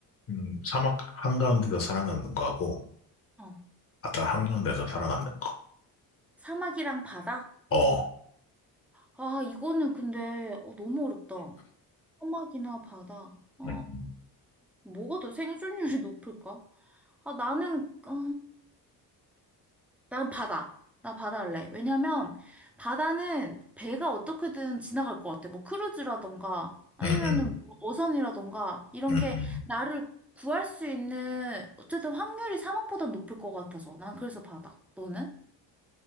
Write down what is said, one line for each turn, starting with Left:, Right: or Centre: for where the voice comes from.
Left: 음, 사막 한가운데서 살아남는 거하고
Centre: 어.
Left: 바다 한가운데서 살아남는 거.
Centre: 사막이랑 바다?
Left: 어.
Centre: 아, 이거는 근데 어, 너무 어렵다. 사막이나 바다. 어,
Left: 음, 음,
Centre: 뭐가 더 생존율이 높을까? 아, 나는, 어... 난 바다. 나 바다 할래. 왜냐면 바다는 배가 어떻게든 지나갈 것 같아. 뭐 크루즈라던가 아니면은
Left: 음,
Centre: 뭐 어선이라던가 이런
Left: 음,
Centre: 게 나를 구할 수 있는 어쨌든 확률이 사막보다 높을 것 같아서 난 그래서 바다. 너는?